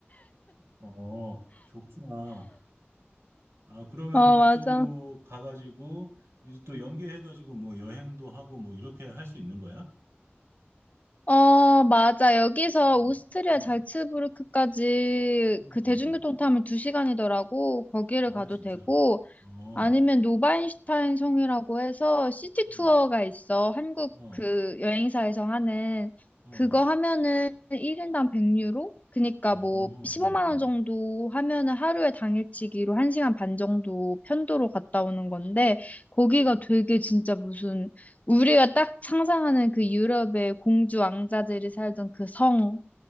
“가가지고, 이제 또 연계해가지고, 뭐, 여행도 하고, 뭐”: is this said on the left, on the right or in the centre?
Right